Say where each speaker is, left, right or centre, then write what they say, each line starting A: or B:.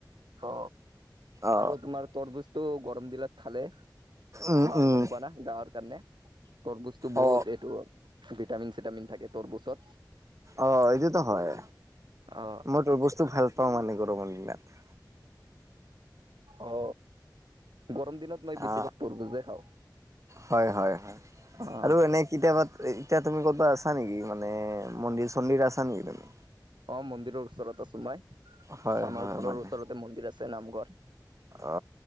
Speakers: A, on the right (about 85°); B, on the right (about 45°).
A: অ,
B: অ
A: আৰু তোমাৰ তৰবুজ টো গৰম দিনত খালে ভাল
B: উম উম
A: গম পোৱা না, গাৰ কাৰণে। তৰবুজটো বহুত
B: অ
A: এইটো ভিটামিন-চিটামিন থাকে তৰবুজত।
B: অ, এইটোতো হয়।
A: অ
B: মই তৰবুজটো ভাল পাওঁ মানে গৰমৰ দিনত।
A: অ, গৰম দিনত মই বেছিভাগ
B: অ,
A: তৰবুজে খাওঁ
B: হয়, হয়, হয়,
A: অ
B: আৰু এনেই কেতিয়াবা এতিয়া তুমি ক'ৰবাত আছা নেকি? মানে মন্দিৰ-চন্দিৰ আছা নেকি তুমি?
A: অ, মন্দিৰৰ ওচৰত আছো মই।
B: হয়
A: আমাৰ
B: হয়
A: ঘৰৰ
B: মানে
A: ওচৰতে মন্দিৰ আছে নামঘৰ।
B: অ,